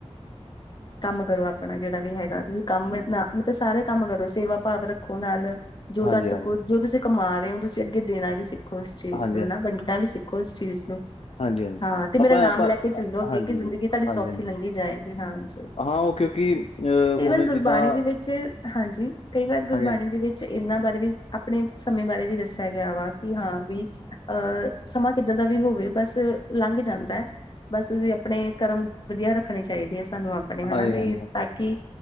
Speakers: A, on the left (about 40°); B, on the left (about 65°).
A: <inaudible> ਕੰਮ ਕਰੋ ਆਪਣਾ ਜਿਹੜਾ ਵੀ ਹੈਗਾ ਤੁਸੀ ਕੰਮ ਨਾ ਮਤਲਬ ਸਾਰੇ ਕੰਮ ਕਰੋ ਸੇਵਾ ਭਾਵ ਰੱਖੋ ਨਾਲ ਜੋ
B: ਹਾਂਜੀ
A: ਤੁਹਾਡੇ
B: ਹਾਂਜੀ ਹਾਂਜੀ
A: ਕੋਲ ਜੋ ਤੁਸੀਂ ਕਮਾ ਰਹੇ ਹੋ ਤੁਸੀ ਅੱਗੇ ਦੇਣਾ ਵੀ ਸਿੱਖੋ ਇਸ ਚੀਜ਼
B: ਹਾਂਜੀ
A: ਨੂੰ
B: ਹਾਂਜੀ
A: ਨਾ ਵੰਡਣਾ ਵੀ ਸਿੱ ਉਸ ਚੀਜ਼ ਨੂੰ
B: ਹਾਂਜੀ ਹਾਂਜੀ।
A: ਹਾਂ ਤੇ
B: ਆਪਾਂ
A: ਮੇਰਾ ਨਾਮ
B: ਆਪਾਂ
A: ਲੈ ਕੇ ਚੱਲੋਂ
B: ਅ-
A: ਅੱਗੇ
B: ਹਾਂਜੀ
A: ਕਿ ਜ਼ਿੰਦਗੀ
B: ਹਾਂਜੀ
A: ਤੁਹਾਡੀ ਸੌਖੀ
B: ਹਾਂਜੀ
A: ਲੰਘੀ ਜਾਏਗੀ ਹਾਂ ਜੀ।
B: ਹਾਂ ਉਹ ਕਿਉਂਕਿ ਅ,
A: ਕਈ
B: ਹੁਣ
A: ਵਾਰ ਗੁਰਬਾਣੀ
B: ਜਿੱਦਾਂ
A: ਦੇ ਵਿੱਚ ਹਾਂਜੀ ਕਈ ਵਾਰ ਗੁਰਬਾਣੀ
B: ਹਾਂਜੀ
A: ਦੇ ਵਿੱ ਜੇ ਇਹਨਾਂ ਬਾਰੇ ਵੀ ਆਪਣੇ ਸਮੇਂ ਬਾਰੇ ਵੀ ਦੱਸਿਆਂ ਗਿਆ ਵਾ ਕਿ ਹਾਂ ਵੀ ਅਹ ਸਮਾਂ ਕਿੱਦਾਂ ਦਾ ਵੀ ਹੋਵੇ ਬਸ ਲੰਘ ਜਾਂਦਾ। ਬਸ ਤੁਸੀ ਆਪਣੇ ਕਰਮ ਵਧੀਆ ਰੱਖਣੇ ਚਾਹੀਦੇ ਆ ਸਾਨੂੰ ਆ ਪਣੇ ਹਨਾ
B: ਹਾਂਜੀ
A: ਵੀ
B: ਹਾਂਜੀ
A: ਤਾਂ ਕਿ